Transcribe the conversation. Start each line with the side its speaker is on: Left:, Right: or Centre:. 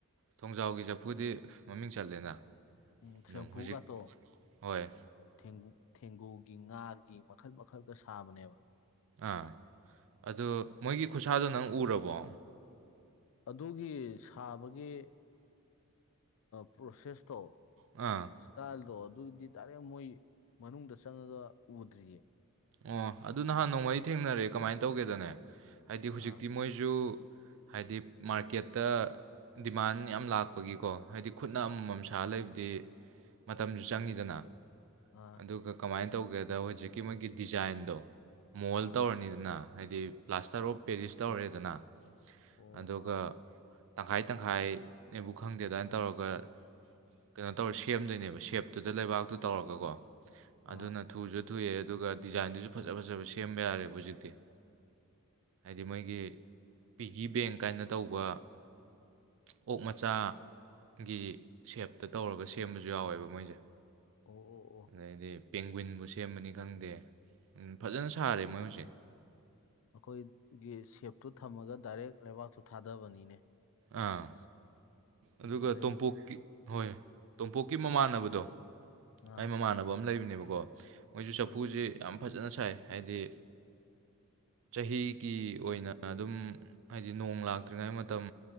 Right: ꯊꯣꯡꯖꯥꯎꯒꯤ ꯆꯐꯨꯗꯤ ꯃꯃꯤꯡ ꯆꯠꯂꯦꯅ
Left: ꯎꯝ
Right: ꯑꯗꯨꯝ
Left: ꯁꯦꯝꯄꯐꯨꯒꯇꯣ
Right: ꯍꯧꯖꯤꯛ ꯍꯣꯏ
Left: ꯊꯦꯡꯒꯨ ꯊꯦꯡꯒꯨꯒꯤ ꯉꯥ ꯃꯈꯜ ꯃꯈꯜꯒ ꯁꯥꯕꯅꯦꯕ
Right: ꯑꯥ ꯑꯗꯨ ꯃꯣꯏꯒꯤ ꯈꯨꯠꯁꯥꯗꯣ ꯅꯪ ꯎꯔꯕꯣ
Left: ꯑꯗꯨꯒꯤ ꯁꯥꯕꯒꯤ ꯄ꯭ꯔꯣꯁꯦꯁꯇꯣ
Right: ꯑꯥ
Left: ꯏꯁꯇꯥꯜꯗꯣ ꯑꯗꯨ ꯑꯗꯨꯒꯤꯗꯤ ꯇꯥꯔꯦ ꯃꯣꯏ ꯃꯅꯨꯡꯗ ꯆꯪꯉꯒ ꯎꯗ꯭ꯔꯤꯌꯦ
Right: ꯑꯣ ꯑꯗꯨ ꯅꯍꯥꯟ ꯅꯣꯡꯃꯥ ꯊꯦꯡꯅꯔꯦ ꯀꯃꯥꯏꯅ ꯇꯧꯒꯦꯗꯅꯦ ꯍꯥꯏꯗꯤ
Left: ꯑꯥ
Right: ꯍꯧꯖꯤꯛꯇꯤ ꯃꯣꯏꯁꯨ ꯍꯥꯏꯗꯤ ꯃꯥꯔꯀꯦꯠꯇ ꯗꯤꯃꯥꯟ ꯌꯥꯝ ꯂꯥꯛꯄꯒꯤꯀꯣ ꯍꯥꯏꯗꯤ ꯈꯨꯠꯅ ꯑꯃꯃꯝ ꯁꯥ ꯂꯩꯕꯗꯤ ꯃꯇꯝꯁꯨ ꯆꯪꯉꯤꯗꯅ
Left: ꯑꯥ
Right: ꯑꯗꯨꯒ ꯀꯃꯥꯏꯅ ꯇꯧꯒꯦꯗ ꯍꯧꯖꯤꯛꯀꯤ ꯃꯣꯏꯒꯤ ꯗꯤꯖꯥꯏꯟꯗꯣ ꯃꯣꯜ
Left: ꯑꯥ
Right: ꯇꯧꯔꯅꯤꯗꯅ ꯍꯥꯏꯗꯤ ꯄ꯭ꯂꯥꯁꯇꯔ ꯑꯣꯐ ꯄꯦꯔꯤꯁ ꯇꯧꯔꯦꯗꯅ
Left: ꯑꯣ
Right: ꯑꯗꯨꯒ
Left: ꯑꯥ
Right: ꯇꯪꯈꯥꯏ ꯇꯪꯈꯥꯏꯅꯦꯕꯨ ꯈꯪꯗꯦ ꯗꯥꯏꯅ ꯇꯧꯔꯒ ꯀꯩꯅꯣ ꯇꯧꯔ ꯁꯦꯝꯗꯣꯏꯅꯦꯕ ꯁꯦꯞꯇꯨꯗ ꯂꯩꯕꯥꯛꯇꯨ ꯇꯧꯔꯒꯀꯣ ꯑꯗꯨꯅ
Left: ꯑꯥ
Right: ꯊꯨꯁꯨ ꯊꯣꯛꯑꯦ ꯑꯗꯨꯒ ꯗꯤꯖꯥꯏꯟꯗꯨꯁꯨ ꯐꯖ ꯐꯖꯕ ꯁꯦꯝꯕ ꯌꯥꯔꯦꯕ ꯍꯧꯖꯤꯛꯇꯤ ꯍꯥꯏꯗꯤ ꯃꯣꯏꯒꯤ ꯄꯤꯒꯤ ꯕꯦꯡ ꯀꯥꯏꯅ ꯇꯧꯕ ꯑꯣꯛ ꯃꯆꯥ ꯒꯤ ꯁꯦꯞꯇ ꯇꯧꯔꯒ ꯁꯦꯝꯕꯁꯨ ꯌꯥꯎꯋꯦꯕ ꯃꯣꯏꯁꯦ
Left: ꯑꯣ ꯑꯣ ꯑꯣ
Right: ꯑꯗꯩꯗꯤ ꯄꯦꯡꯒ꯭ꯋꯤꯟꯕꯨ ꯁꯦꯝꯕꯅꯤ ꯈꯪꯗꯦ ꯎꯝ ꯐꯖꯅ ꯁꯥꯔꯦ ꯃꯣꯏ ꯍꯧꯖꯤꯛ
Left: ꯑꯩꯈꯣꯏꯒꯤ ꯁꯦꯞꯇꯨ ꯊꯝꯃꯒ ꯗꯥꯏꯔꯦꯛ ꯂꯩꯕꯥꯛꯇꯨ ꯊꯥꯗꯕꯅꯤꯅꯦ
Right: ꯑꯥ
Left: ꯑꯗꯨꯃꯥꯏꯅꯅꯦꯕ
Right: ꯑꯗꯨꯒ ꯇꯣꯝꯄꯣꯛꯀꯤ ꯍꯣꯏ ꯇꯣꯝꯄꯣꯛꯀꯤ ꯃꯃꯥꯟꯅꯕꯗꯣ
Left: ꯑꯥ
Right: ꯃꯥꯏ ꯃꯃꯥꯟꯅꯕ ꯑꯃ ꯂꯩꯕꯅꯦꯕ ꯑꯗꯨꯒ ꯃꯣꯏꯁꯨ ꯆꯐꯨꯁꯦ
Left: ꯑꯥ
Right: ꯌꯥꯝ ꯐꯖꯅ ꯁꯥꯏ ꯍꯥꯏꯗꯤ ꯆꯍꯤꯒꯤ ꯑꯣꯏꯅ ꯑꯗꯨꯝ ꯍꯥꯏꯗꯤ ꯅꯣꯡ ꯂꯥꯛꯇ꯭ꯔꯤꯉꯩ ꯃꯇꯝ